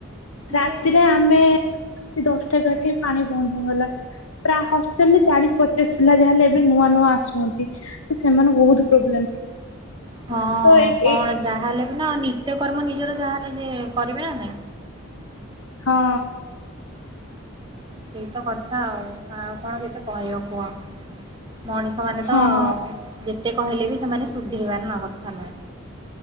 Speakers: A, on the right; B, on the left.
A: ମାନେ
B: ରାତିରେ ଆମେ-ଏ-ଏ ଦଶଟା କାଠି ପାଣି ବନ୍ଦ ହେଇଗଲା ପ୍ରା ହଷ୍ଟେଲ ରେ ଚାଳିଶ ପଚାଶ ପିଲା ଯାହାହେଲେ ଏବେ ନୂଆ ନୂଆ ଆସୁଚନ୍ତି ସେମାନଙ୍କୁ ବହୁତ ପ୍ରୋବ୍ଲେମ
A: ହଁ
B: ତ ଏ-
A: କଣ
B: ଏଇ
A: ଯାହାହେଲେ ବି ନା ନିତ୍ୟକର୍ମ ନିଜର ଯାହାହେଲେ ଯେ କରିବେ ନା ନାଇଁ।
B: ହଁ।
A: ସେଇ ତ କଥା ଆଉ ଆଉ କଣ କେତେ କହିବ କୁହ। ମଣିଷ ମାନେ
B: ହଁ
A: ତ ଯେତେ କହିଲେ ବି ସେମାନେ ସୁଧୁ ରିବାର ନ କଥା ନୁହେଁ।